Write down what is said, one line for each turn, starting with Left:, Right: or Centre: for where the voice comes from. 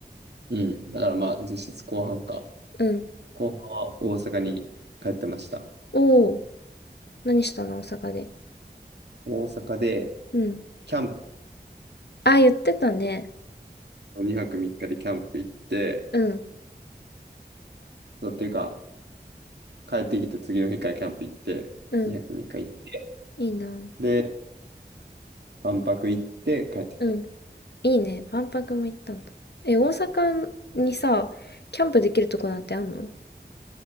Right: うん、だからまあ実質後半か。
Left: うん。
Right: 後半は大阪に帰ってました。
Left: おお、何したの大阪で。
Right: 大阪で、
Left: うん。
Right: キャンプ、
Left: あ、言ってたね。
Right: 2泊3日でキャンプ行って、
Left: うん、
Right: そう、っていうか、帰ってきて次の日からキャンプ行って、
Left: うん。
Right: 2泊3日行って、
Left: いいな。
Right: で、万博行って帰ってきた。
Left: うん。いいね。万博も行ったんだ。え、大阪にさ、キャンプできるとこなんてあんの